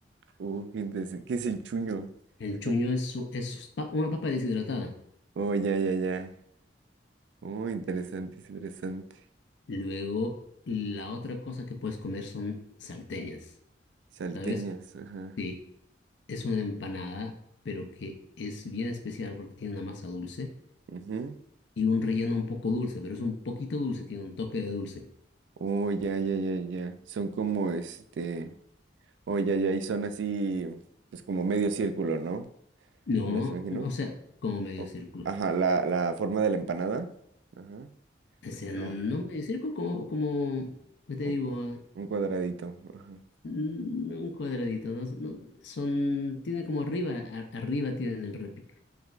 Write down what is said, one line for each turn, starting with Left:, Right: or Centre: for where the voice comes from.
Right: Uh, qué interesante. ¿Qué es el chuño?
Left: El
Right: Es
Left: chuño
Right: como.
Left: es, u- es pa- una papa deshidratada.
Right: Oh, ya, ya, ya. Oh, interesante, es interesante.
Left: Luego, la otra cosa que puedes comer son salteñas,
Right: Salteñas,
Left: ¿sabes?
Right: ajá.
Left: Sí, Es una empanada, pero que es bien especial porque tiene una masa dulce
Right: Ujú.
Left: y un relleno un poco dulce, pero es un poquito dulce, tiene un toque de dulce.
Right: Oh, ya, ya, ya, ya. Son como este. Oh, ya, ya. Y son así, pues como medio círculo, ¿no?
Left: No,
Right: ¿Las imagino?
Left: no, o sea, como medio
Right: O-
Left: círculo.
Right: Ajá, la, la forma de la empanada. Ajá.
Left: O sea, no
Right: o-
Left: medio círculo, como, como, ¿qué te digo?
Right: o
Left: Ah,
Right: un cuadradito. Ajá.
Left: n- un cuadradito, ¿no? No, son, tiene como arriba, a- arriba tienen el repic,